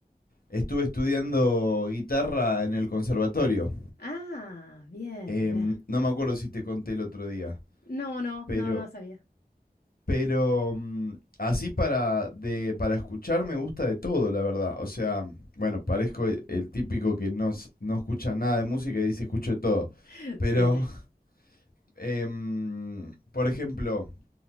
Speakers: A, on the left; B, on the left.
A: estuve estudiando guitarra en el conservatorio.
B: Ah, bien,
A: Em,
B: mirá.
A: no me acuerdo si te conté el otro día,
B: No, no,
A: pero...
B: no, no sabía.
A: Pero mm, así para, de, para escuchar me gusta de todo, la verdad. O sea, bueno, parezco e- el típico que no, s- no escucha nada de música y dice escucho de todo.
B: <laughs>
A: Pero,
B: Sí, sí.
A: <laughs> em, por ejemplo,